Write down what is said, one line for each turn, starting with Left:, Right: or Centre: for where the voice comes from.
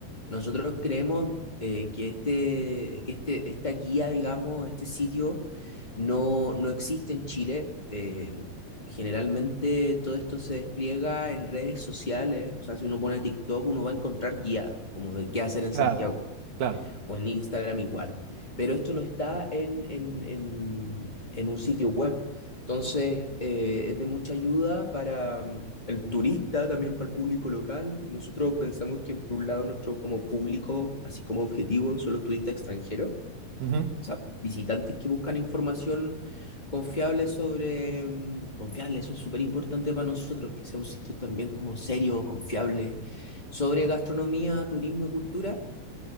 Left: nosotros creemos eh, que, este, que este, esta guía, digamos, este sitio, no, no existe en Chile. Eh, Generalmente todo esto se despliega en redes sociales, o sea, si uno pone TikTok, uno va a encontrar guías como de qué hacer en
Right: Claro,
Left: Santiago.
Right: claro.
Left: o en Instagram igual. Pero esto no está en, en, en, en un sitio web. Entonces, eh, es de mucha ayuda para mm, el turista, también para el público local. Y nosotros pensamos que, por un lado, nuestro como público, así como objetivo, son los turistas extranjeros, o
Right: Ujú.
Left: sea, visitantes que buscan información confiable sobre... mm, Confiable, eso es súper importante para nosotros, que sea un sitio también como serio, confiable, sobre gastronomía, turismo y cultura